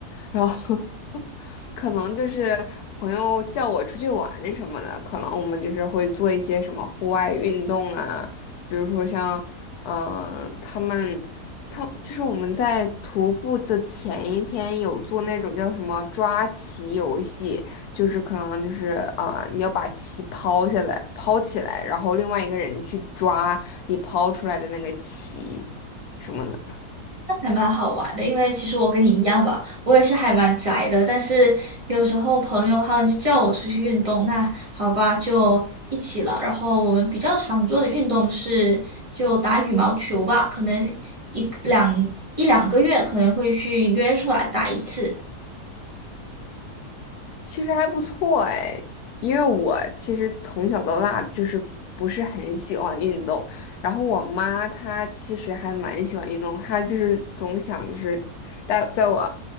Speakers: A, on the left; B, on the right.
A: 然后 <laughs> 可能就是朋友叫我出去玩什么的，可能我们就是会做一些什么户外运动啊，比如说像，嗯、他们，他就是我们在徒步的前一天有做那种叫什么抓棋游戏，就是可能就是啊，你要把棋抛下来，抛起来，然后另外一个人去抓你抛出来的那个棋什么的。
B: 还蛮好玩的，因为其实我跟你一样吧，我也是还蛮宅的，但是有时候朋友他们就叫我出去运动，那好吧，就一起了。然后我们比较常做的运动是就打羽毛球吧，可能一两一两个月可能会去约出来打一次，
A: 其实还不错哎，因为我其实从小到大就是不是很喜欢运动，然后我妈她其实还蛮喜欢运动，她就是总想就是带在我